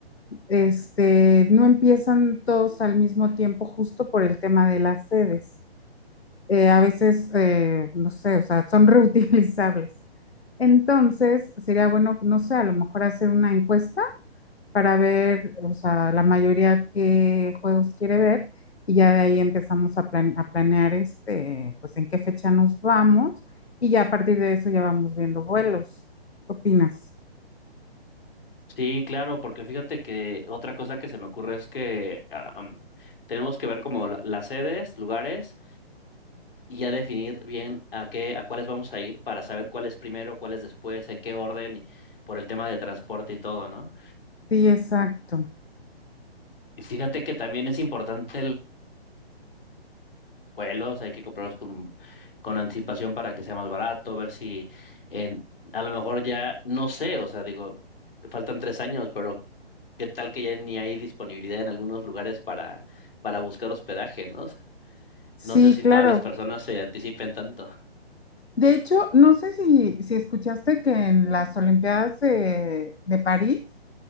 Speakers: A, on the left (about 80°); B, on the left (about 60°).
A: Este, no empiezan todos al mismo tiempo justo por el tema de las sedes. Eh, a veces, eh, no sé, o sea, son <laughs> reutilizables. Entonces, sería bueno, no sé, a lo mejor hacer una encuesta para ver, o sea, la mayoría qué juegos quiere ver y ya de ahí empezamos a, plan- a planear este, pues en qué fecha nos vamos y ya a partir de eso ya vamos viendo vuelos. ¿Qué opinas?
B: Sí, claro, porque fíjate que otra cosa que se me ocurre es que ah, um, tenemos que ver como la- las sedes, lugares y ya definir bien a qué, a cuáles vamos a ir para saber cuál es primero, cuál es después, en qué orden, y por el tema de transporte y todo, ¿no?
A: Sí, exacto.
B: Y fíjate que también es importante el vuelos, hay que comprarlos con, con anticipación para que sea más barato, ver si en, a lo mejor ya, no sé, o sea, digo, faltan tres años, pero qué tal que ya ni hay disponibilidad en algunos lugares para, para buscar hospedaje, ¿no? <laughs>
A: Sí,
B: No sé si
A: claro.
B: todas las personas se anticipen tanto.
A: De hecho, no sé si, si escuchaste que en las Olimpiadas de, de París